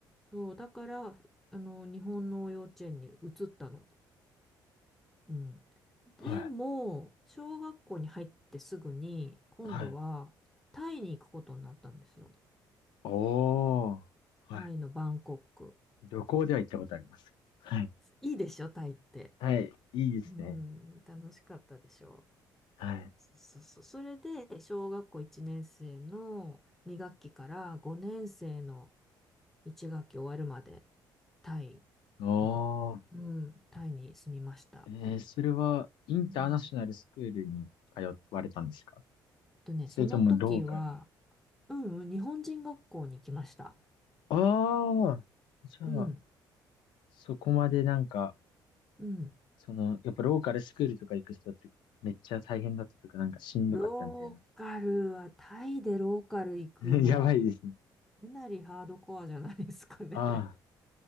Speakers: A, in the centre; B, on the left.
A: そう、だから、あの、日本の幼稚園に移ったの。うん。
B: はい。
A: でも、小学校に入ってすぐに、今度はタイに行くことになったんですよ。
B: はい。おー。
A: タイのバンコク。
B: はい。旅行では行ったことあります。はい。
A: いいでしょ、タイって。
B: はい。いいですね。
A: うん、楽しかったでしょ。
B: はい。
A: そうそうそう。それで、小学校1年生の2学期から5年生の1学期終わるまで、タイ
B: おー。
A: の、うん、タイに住みました。
B: えー、それは、インターナショナルスクールに通われたんですか
A: うん。えっとね、
B: それともローカルの
A: その時は、うんうん、日本人学校に来ました。
B: ああ、じゃあ、
A: うん、
B: そこまでなんか、
A: うん。
B: その、やっぱローカルスクールとか行く人ってめっちゃ大変だったとか、なんかしんどかったみたいな。
A: ローカルは、タイでローカル行くのは、
B: <laughs> やばいですね。
A: かなりハードコアじゃないですかね。
B: あ